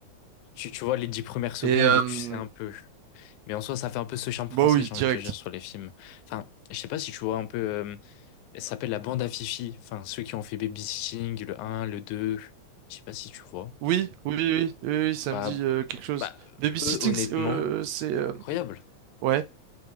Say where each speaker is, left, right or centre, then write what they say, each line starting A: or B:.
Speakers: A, on the left; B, on the right.
A: Tu, tu vois les dix premières secondes
B: et euh,
A: et tu sais un peu. Mais en soi, ça fait un peu ce charme
B: bah
A: français,
B: oui,
A: j'ai
B: direct.
A: envie de te dire, sur les films. Enfin, je sais pas si tu vois un peu. euh, elle s'appelle la bande à Fifi. Enfin, ceux qui ont fait Babysitting, le un, le 2. Je sais pas si tu vois.
B: Oui, oui, oui, oui, oui, oui, ça
A: Bah,
B: me dit euh, quelque chose.
A: bah,
B: Babysitting,
A: eux, honnêtement,
B: c'est euh, c'est, euh,
A: incroyable.
B: ouais.